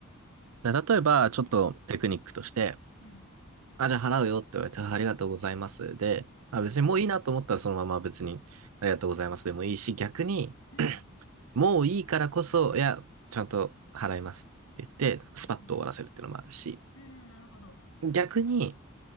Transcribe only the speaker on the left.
うん、うん、
うん、
うん、
うん、うんなるほど。